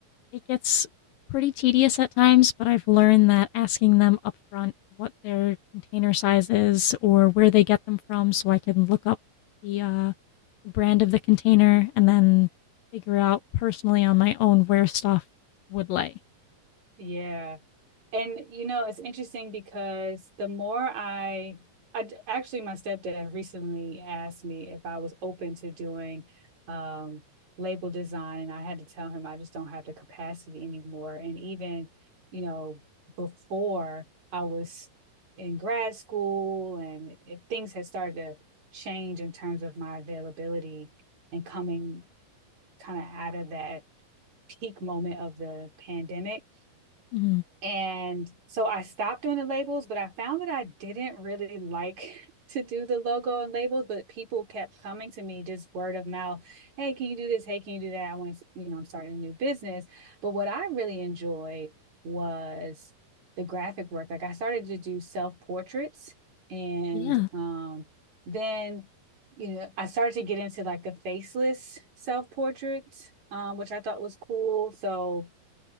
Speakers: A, on the left; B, on the right.
A: it gets pretty tedious at times, but I've learned that asking them upfront what their container size is or where they get them from so I can look up the uh, brand of the container and then figure out personally on my own where stuff would lay.
B: yeah And you know, it's interesting because the more I, I actually my stepdad recently asked me if I was open to doing um label design, and I had to tell him I just don't have the capacity anymore. And even, you know, before I was in grad school and if things had started to change in terms of my availability and coming kind of out of that peak moment of the pandemic
A: hmm
B: and so I stopped doing the labels, but I found that I didn't really like <laughs> to do the logo and labels, but people kept coming to me just word of mouth. Hey, can you do this? Hey, can you do that? I want to, you know, I'm starting a new business. But what I really enjoyed was the graphic work. Like I started to do self portraits and
A: Yeah.
B: um, then, you know, I started to get into like the faceless self portraits, um, which I thought was cool. So,